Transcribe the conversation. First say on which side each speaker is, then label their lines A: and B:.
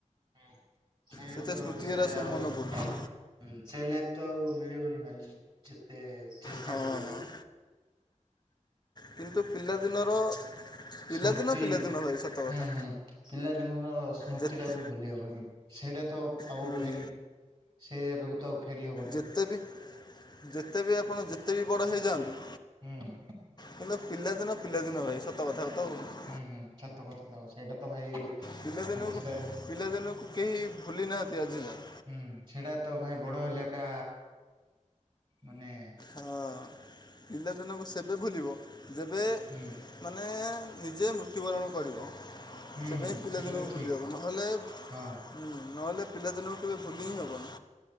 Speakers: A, on the right; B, on the left.
A: ହଁ ସିଏ
B: ସେତେ
A: ତ
B: ସ୍ମୃତି
A: ସେଇଆ
B: ଏରା ସବୁ
A: ଆଉ।
B: ମନେ ପଡ଼ୁଛି
A: ହଁ ସେ ଲାଇଫ ତ ଆଉ ମିଳିବନି ଭାଇ ଯେତେ ଚେଷ୍ଟା
B: ହଁ।
A: କଲେ ବି।
B: କିନ୍ତୁ ପିଲାଦିନର ପିଲାଦିନ
A: ସ୍ମୃତି
B: ପିଲାଦିନ ଭାଇ ସତ କଥା।
A: ହୁଁ ହୁଁ ପିଲାଦିନର ସ୍ମୃତିଟାକୁ
B: ଯେତେ
A: ଭୁଲି ହବନି, ସେଇଟା ତ ଆଉ
B: ହୁଁ,
A: ଫେରି ସେଇ ଜାଗାକୁ ତ ଆଉ ଫେରି ହବ
B: ଯେତେ ବି, ଯେତେ ବି, ଆପଣ ଯେତେ ବି ବଡ ହେଇଯାଆନ୍ତୁ
A: ହୁଁ
B: କିନ୍ତୁ ପିଲାଦିନ ପିଲାଦିନ ଭାଇ ସତ କଥା ତ ଆଉ।
A: ହୁଁ ହୁଁ, ସତ କଥା ତ ଆଉ ସେଇଟା ତ ଭାଇ।
B: ପିଲାଦିନକୁ,
A: ସମସ୍ତେ
B: ପିଲାଦିନକୁ କେହି ଭୁଲି ନାହାନ୍ତି ଆଜି ଯାଏ।
A: ହୁଁ ସେଟା ତ ଭାଇ ବଡ ହେଲେ ଏକା ମାନେ
B: ହଁ ପିଲାଦିନକୁ ସେବେ ଭୁଲିବ, ଯେବେ
A: ହୁଁ
B: ମାନେ ନିଜେ ମୃତ୍ୟୁବରଣ କରିବ।
A: ହୁଁ
B: ସେବେ
A: ହୁଁ
B: ହିଁ ପିଲା
A: ସେଇଟା
B: ଦିନକୁ
A: ତ ଠିକ
B: ଭୁଲି ହେବ,
A: ଠିକ
B: ନହେଲେ
A: ହଁ
B: ହୁଁ ନହେଲେ ପିଲାଦିନଙ୍କୁ କେବେ ଭୁଲି ହିଁ ହେବନି।